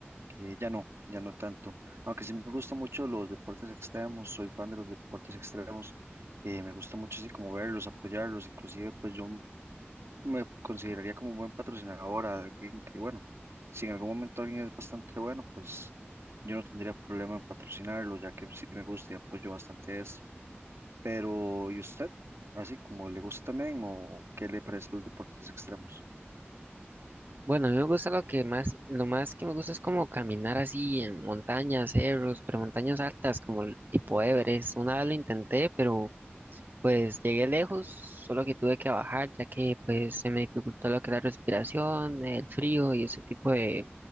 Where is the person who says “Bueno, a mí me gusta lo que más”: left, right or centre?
Right